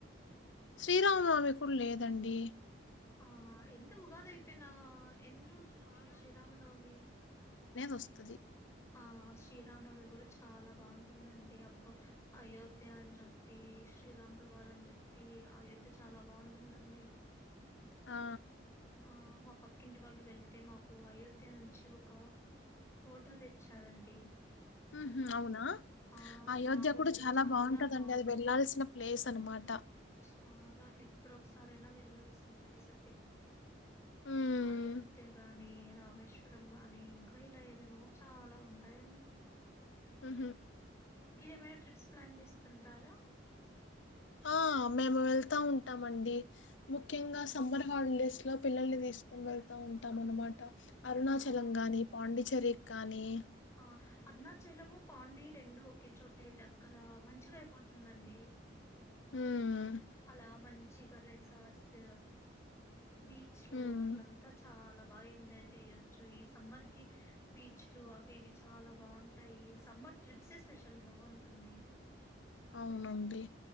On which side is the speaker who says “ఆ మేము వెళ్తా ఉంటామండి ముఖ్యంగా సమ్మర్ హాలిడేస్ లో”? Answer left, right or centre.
Left